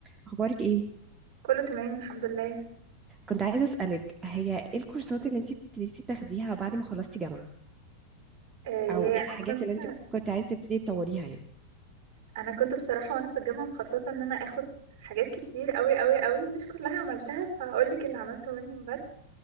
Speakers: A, on the right; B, on the right.
A: اخبارك ايه
B: كله تمام الحمد لله
A: كنت عايزه اسالك هي ايه الكورسات اللي انت ابتديتي تاخديها بعد ما خلصتي جامعه
B: آه يا
A: او ايه
B: انا
A: الحاجات
B: كنت
A: اللي انت كنت عايزه تبتدي تطوريها يعني
B: انا كنت بصراحه وانا في الجامعه مخططه ان انا اخد حاجات كتير قوي قوي قوي مش كلها عملتها فهقول لك اللي عملته منهم بس